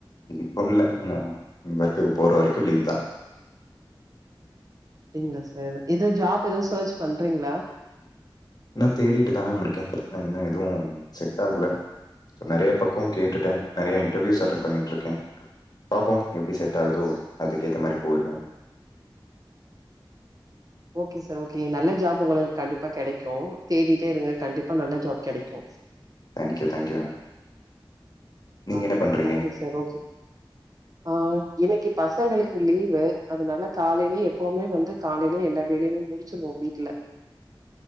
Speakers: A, on the left; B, on the right.
A: இப்ப இல்ல நா ஒர்க்குக்கு போற வரைக்கு லீவ்தா.
B: அப்டிங்ளா சார் எதோ ஜாப் எதோ சர்ச் பண்றீங்களா?
A: இன்னா தேடிட்டுதா மேம் இருக்கே. ஆனா இன்னு எதுவு செட் ஆகல. நெறைய பக்கோ கேட்டுட்டே நெறைய இன்டர்வியூஸ் அட்டன் பண்ணிட்ருக்கே. பாப்போம் எப்டி செட் ஆகுதோ அதுக்கேத்த மாரி போயிருவே.
B: ஓகே சார் ஓ கே நல்ல ஜாப் உங்களுக்கு கண்டிப்பா கெடைக் கு தேடிட்டே இருங்க கண்டிப்பா நல்ல ஜாப் கெடைக்கு.
A: Thank you thank you ma'am. நீங்க
B: ஆ
A: என்ன பண்றீங்க?
B: ஓகே சார் ஓகே ஆ எனக்கு இப் பசங்களுக்கு லீவு அதனால காலையிலயே எப்பவுமே வந்து காலையிலயே எல்லா வேலையுமே முடிச்சிருவோ வீட்ல.